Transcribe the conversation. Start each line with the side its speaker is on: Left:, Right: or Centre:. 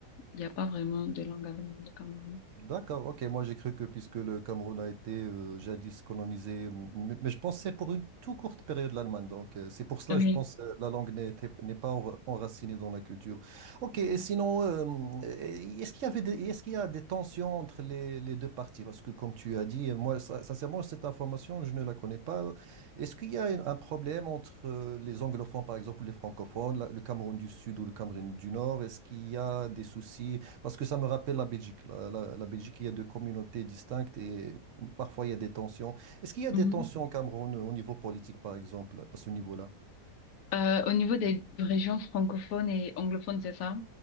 Left: il n'y a pas vraiment de langue allemande au Cameroun.
Right: D'accord, ok. Moi, j'ai cru que puisque le Cameroun a été euh, jadis colonisé, m- mais, mais je pensais pour une toute courte période l'Allemagne. Donc, euh, c'est pour cela,
Left: Oui.
Right: je pense, euh, la langue n'est n'est pas enra- enracinée dans la culture. Ok,
Left: Oui.
Right: et sinon, euh, euh, est-ce qu'il y avait des, est-ce qu'il y a des tensions entre les, les deux parties? Parce que, comme tu as dit, euh, moi, sin- sincèrement, cette information, je ne la connais pas. Est-ce qu'il y a un un problème entre euh, les anglophones, par exemple, ou les francophones, la- le Cameroun du Sud ou le Cameroun du Nord? Est-ce qu'il y a des soucis? Parce que ça me rappelle la Belgique. La, la- la Belgique, il y a deux communautés distinctes et parfois il y a des tensions. Est-ce qu'il y a
Left: Mhm.
Right: des tensions au Cameroun euh, au niveau politique, par exemple, à ce niveau-là?
Left: Euh, au niveau des régions francophones et anglophones, c'est ça?